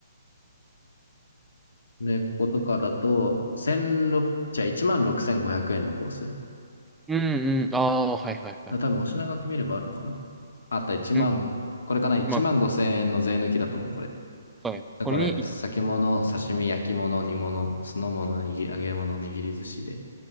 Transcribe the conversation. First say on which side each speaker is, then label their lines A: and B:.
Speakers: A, on the left; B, in the centre.
A: ね、こことかだと、16、じゃあ1万6500円のコース。
B: うんうん。ああ、はいはいはいはい。
A: だ多分、お品書き見ればあるのかなあった1万、
B: うん、
A: これかな ?1
B: まあ、
A: 万5千円の税抜きだと思う、これ。
B: そうね。これに行き、
A: これ、先物、刺身、焼き物、煮物、酢の物、に揚げ物、握り寿司で。